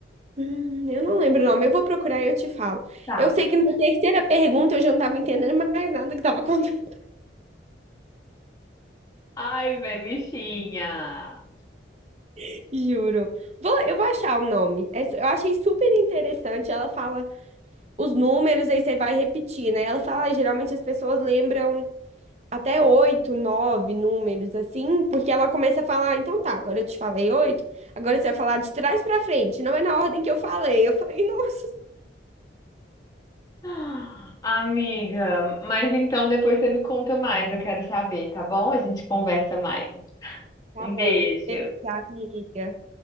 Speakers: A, on the right (about 35°); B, on the left (about 20°).
A: Hum, eu não lembro o nome. Eu vou procurar e eu te falo.
B: Tá.
A: Eu sei que na terceira pergunta eu já não tava entendendo mais nada que tava acontecendo.
B: Ai, velho, bichinha.
A: <laughs> Juro. Vou, eu vou achar o nome. É su- eu achei super interessante. Ela fala os números, aí você vai repetir, né? Ela fala, "Ah, geralmente as pessoas lembram. até oito, nove números assim, porque ela começa a falar, "Ah, então tá, agora eu te falei oito, agora você vai falar de trás pra frente, não é na ordem que eu falei. Eu falei, nossa,
B: Ah, Amiga, mas então depois você me conta mais, eu quero saber, tá bom? A gente conversa mais.
A: tá tá
B: Um
A: bom,
B: beijo.
A: deixa, amiga.